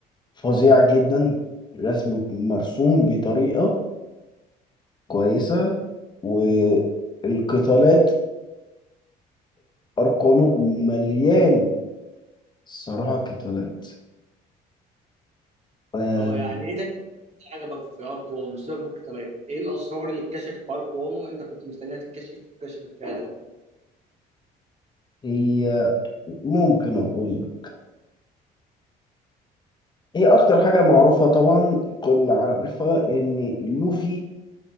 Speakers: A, on the left; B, on the right.
A: فظيع جدا رسم مرسوم بطريقة كويسة والقتالات اركوانو مليان صراحة قتالات آه،
B: اه يعني ايه تاني عجبك في ارك 1 سيبك من القتالات ايه الاسرار اللي اتكشفت في ارك 1 وانت كنت مستنيها تتكشف واتكشفت فعلا
A: هي ممكن اقول هي اكتر حاجة معروفة طبعا الكل عارفها ان لوفي